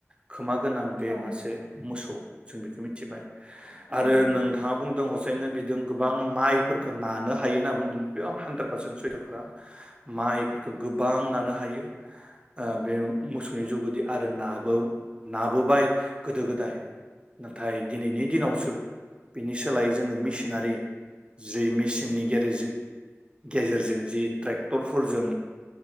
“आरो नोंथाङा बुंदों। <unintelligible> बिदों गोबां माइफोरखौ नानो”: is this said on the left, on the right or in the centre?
Right